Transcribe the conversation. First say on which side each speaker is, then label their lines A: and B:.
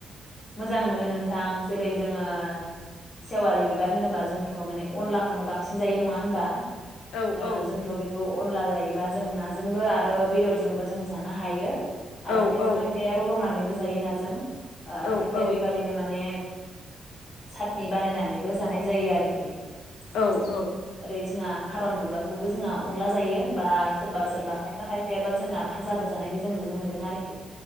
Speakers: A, on the left; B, on the left.
A: मोजां मोनो नोंथां जेरै जोङो सेवालि बिबार होनोबा जोंथ माने अनलाखौनो बांसिन जायो नङा होनबा
B: औ
A: ओ
B: औ
A: जोंथ' बेखौ अनला जायोबा जों नाजोंबो आरो बेदरजोंबो जों जानो हायो। आरो
B: औ
A: खायफा
B: औ
A: खायफाया रदबनानैबो जायो नाजों। ओ
B: औ
A: खायसेया
B: औ
A: बेबादिनो माने साटनि बानायनानैबो जानाय जायो आरोखि
B: औ औ
A: ओरै जोंहा खारन बिबारखौबो जोंहा अनला जायो। बा सोरबा सोरबा खायफा खायफा बा जोंना भाजाबो जानायखौ जों नुनो मोन्दों आरो।